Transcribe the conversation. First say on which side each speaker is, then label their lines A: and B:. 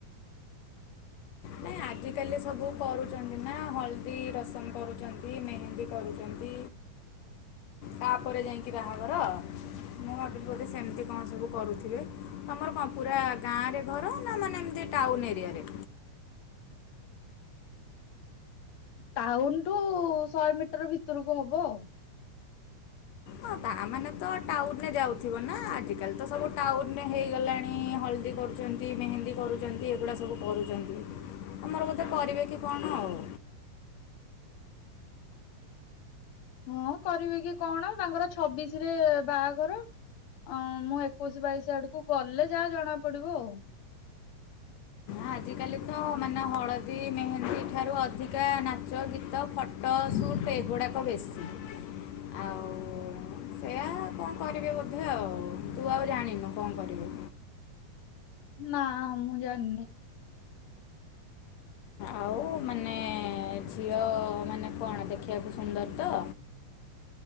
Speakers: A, on the left; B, on the left.
A: ନାଇଁ ଆଜିକାଲି ସବୁ କରୁଚନ୍ତି ନା ହଳଦୀ ରସମ କରୁଚନ୍ତି। ମେହେନ୍ଦୀ କରୁଚନ୍ତି। ତାପରେ ଯାଇକି ବାହାଘର। ମୁଁ ଭାବିଲି ସେମିତି କଣ ସବୁ କରୁଥିବେ। ତମର କଣ ପୁରା ଗାଁ ରେ ଘର ନା ମାନେ ଏମିତି ଟାଉନ ଏରିଆରେ?
B: ଟାଉନ ଟୁ ଶହେ ମିଟର ଭିତରକୁ ହବ ଆଉ।
A: ହଁ ତା ମାନେ ତ ଟାଉନରେ ଯାଉଥିବ ନା ଆଜିକାଲି ତ ସବୁ ଟାଉନରେ ହେଇଗଲାଣି ହଳଦୀ କରୁ କର ମେହେନ୍ଦୀ କରୁଛନ୍ତି ଏଗୁଡ଼ା ସବୁ କରୁଛନ୍ତି ଆମର କଥାେ କରିବେ କି କଣ ଆଉ।
B: ହଁ କରିବେ କି କଣ ତାଙ୍କର ଛବିଶ ରେ ବାହାଘର। ଅ ମୁଁ ଏକୋଇଶି ବାଇଶି ଆଡକୁ ଗଲେ ଯାହା ଜଣା ପଡିବ ଆଉ।
A: ଆଜିକାଲି ତ ମାନେ ହଳଦୀ ମେହେନ୍ଦୀ ଠାରୁ ଅଧିକା ନାଚ ଗୀତ ଫଟ ଟ ସୁଟ୍ ଏଗୁଡ଼ାକ ବେଶୀ ଆଉ। ହଉ ସେଇଆ କଣ କରିବି ବୋଧେ ଆଉ ତୁ ଆଉ ଜାଣିନୁ କଣ କରିବୁ।
B: ନା ମୁଁ ଜାଣିନି।
A: ଆଉ ମାନେ ଝିଅ ମାନେ କଣ ଦେଖିବାକୁ ସୁନ୍ଦରତ।